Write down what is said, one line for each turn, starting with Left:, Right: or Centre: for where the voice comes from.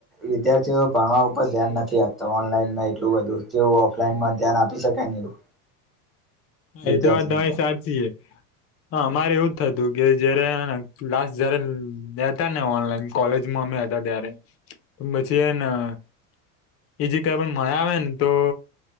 Centre: વિદ્યાર્થીઓ ભણવા ઉપર ધ્યાન નથી આપતા ઓનલાઈનમાં એટલું બધું જેવું ઓફલાઈનમાં ધ્યાન આપી શકાય ને એવું. વિદ્યાર્થી
Left: એતો વાત તમારી
Centre: ઉપર
Left: સાચી હે, હા અમારે એવું જ થતું કે જયારે હેન ક્લાસ જયારે લેતા ને ઓનલાઈન, કોલેજમાં અમે હતા ત્યારે તો પછી એને કો એ જે કઈ પણ માયાવે ન તો